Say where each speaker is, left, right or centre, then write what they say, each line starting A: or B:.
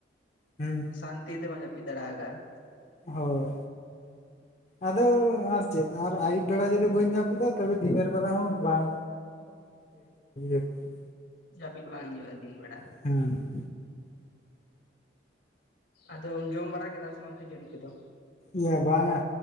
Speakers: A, on the left (about 35°); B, on the left (about 80°).
A: ᱦᱮᱸ
B: ᱥᱟᱱᱛᱤ ᱛᱮ ᱵᱟᱝ <inaudible> ᱡᱟᱯᱤᱛ ᱫᱟᱲᱟ <inaudible>
A: ᱦᱳᱭ ᱟᱫᱚ ᱟᱨ ᱪᱮᱫ ᱟᱨ ᱟᱹᱭᱩᱵ ᱵᱮᱲᱟ ᱡᱩᱫᱤ ᱵᱟᱹᱧ ᱡᱟᱯᱤᱭ ᱠᱮᱫᱟ ᱛᱚᱵᱮ ᱫᱤᱱᱮᱨ ᱵᱮᱞᱟ ᱦᱚᱸ ᱵᱟᱝ᱾ <unintelligible>
B: ᱡᱟᱹᱯᱤᱫ ᱵᱟᱝ ᱦᱤᱡᱩᱜ-ᱟ ᱫᱤᱱ ᱵᱮᱲᱟ
A: <unintelligible>
B: ᱟᱫᱚᱢ ᱡᱚᱢ ᱵᱟᱲᱟ ᱠᱮᱫᱟ ᱥᱮ ᱵᱟᱝ ᱠᱷᱟᱹᱡᱟᱹᱲᱤ ᱠᱚᱫᱚ?
A: ᱤᱭᱟᱹ ᱵᱟᱝᱟ